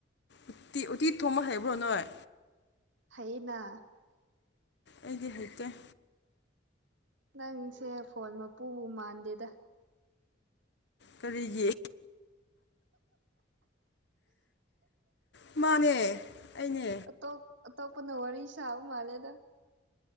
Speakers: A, on the left; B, on the right.
A: ꯎꯇꯤ ꯎꯇꯤ ꯊꯣꯡꯕ ꯍꯩꯕ꯭ꯔꯣ ꯅꯣꯏ
B: ꯍꯩꯌꯦꯅꯥ
A: ꯑꯩꯗꯤ ꯍꯩꯇꯦ
B: ꯅꯪꯁꯦ ꯐꯣꯟ ꯃꯄꯨꯕꯨ ꯃꯥꯟꯗꯦꯗꯥ
A: ꯀꯔꯤꯒꯤ ꯃꯥꯅꯦ ꯑꯩꯅꯦ
B: ꯑꯇꯣꯞ ꯑꯇꯣꯞꯄꯅ ꯋꯥꯔꯤ ꯁꯥꯥꯕ ꯃꯥꯜꯂꯦꯗꯥ